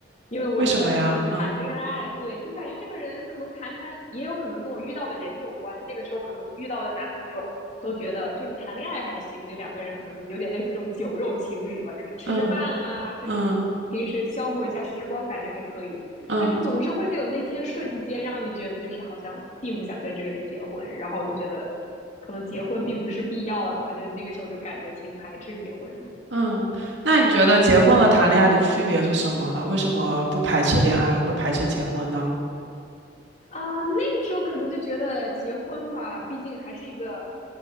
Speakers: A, on the left; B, on the right.
A: 因为我觉得可能谈恋爱，
B: 为什么呀？嗯
A: 对，就是感觉这个人可能谈谈，也有可能跟我遇到的人有关。那个时候可能遇到的男朋友。都觉得就是谈恋爱还行，就两个人可能有点类似这种酒肉情侣吧，就是吃吃饭啊，
B: 嗯
A: 这这这，
B: 嗯
A: 平时消磨一下时光，感觉还可以。
B: 嗯。
A: 但是总是会有那些瞬间让你觉得就是好像并不想跟这个人结婚，然后我就觉得可能结婚并不是必要的吧，就那个时候就感觉挺排斥结婚的。
B: 嗯，那你觉得结婚和谈恋爱的区别是什么呢？为什么不排斥恋爱，会排斥结婚呢？
A: 啊，那个时候可能就觉得结婚吧，毕竟还是一个。